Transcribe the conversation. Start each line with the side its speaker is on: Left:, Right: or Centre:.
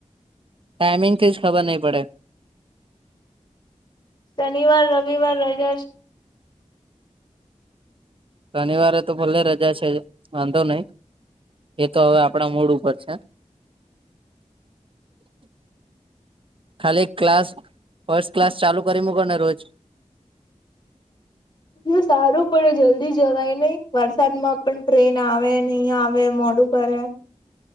Right: ટાઈમિંગ થી જ ખબર નહીં પડે
Left: શનિવાર રવિવાર રજા છ
Right: શનિવારે તો ભલે રજા છે વાંધો નહી એ તો હવે આપડા મૂડ ઉપર છે ખાલી ક્લાસ ફસ્ટ ક્લાસ ચાલુ કરી મકો ને રોજ
Left: બ સારું પડે જલ્દી જવાય નહિ વરસાદમાં પણ ટ્રેન આવે નહી આવે મોડું કરે